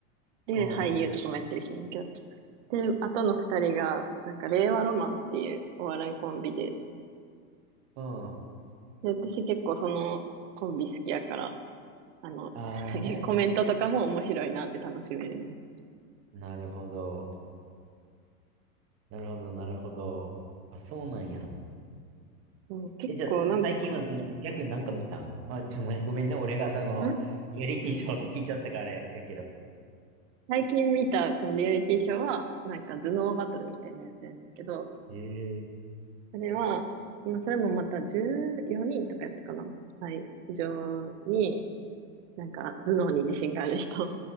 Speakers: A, on the right (about 55°); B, on the right (about 30°).
A: で俳優とかもやってる人やねんけど、
B: う
A: で、あとの二人が、なんか、令和ロマンっていうお笑いコンビで、
B: ん、うん。
A: で、私結構そのコンビ好きやから、あの、
B: ああね。
A: <laughs> コメントとかも面白いなって楽しめるね。
B: なるほど。なるほど、なるほど。あ、そうなんや。
A: もう結構なんか、
B: え、じゃあ、最近はで逆になんか見たんまあ、ちょ、ごめんごめんね。俺がその、
A: ん
B: リアリティショーって聞いちゃったからあれやけど。
A: 最近見たそのリアリティショーは、なんか頭脳バトルみたいなやつやねんけど、
B: ええ
A: それは、まあ、それもまた14人とかやったかな。はい。非常に、なんか頭脳に自信がある人、